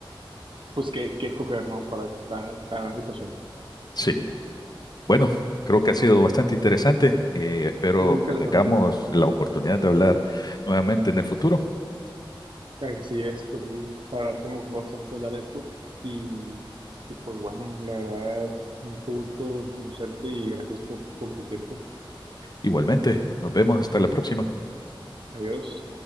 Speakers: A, on the right; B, on the left.
A: pues qué, qué escoger, ¿no? Para cada, cada situación.
B: sí. Bueno, creo que ha sido bastante interesante y espero
A: Muy interesante,
B: que tengamos la oportunidad de hablar nuevamente en el futuro.
A: así es, pues sí, la verdad es que me gustó bastante hablar de esto y, y, pues bueno, la verdad, mucho gusto en conocerte y gracias por, por tu tiempo.
B: Igualmente, nos vemos hasta la próxima.
A: Adiós.